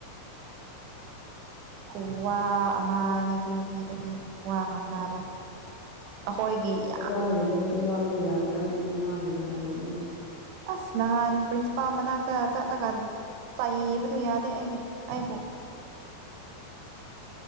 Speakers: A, on the right; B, on the left.
A: ꯈꯨꯋꯥ ꯑꯃꯅꯦ ꯑꯗꯨ ꯅꯨꯄꯤꯗꯗꯤ ꯋꯥ ꯉꯥꯡꯅ ꯕ ꯑꯩꯈꯣꯏꯒꯤ ꯌꯥꯝ
B: <unintelligible> ꯉꯥꯡꯕ ꯌꯥꯏꯌꯦꯅ ꯑꯗꯨꯗꯤ ꯃꯥꯅ ꯌꯥꯗ꯭ꯔꯗꯤ
A: ꯑꯁ ꯅꯍꯥꯟ ꯄ꯭ꯔꯤꯟꯁꯤꯄꯥꯜ ꯃꯅꯥꯛꯇ ꯆꯠꯂꯒ ꯆꯩꯕꯗꯨ ꯌꯥꯗꯦ ꯑꯩꯒꯤ ꯑꯩꯕꯨ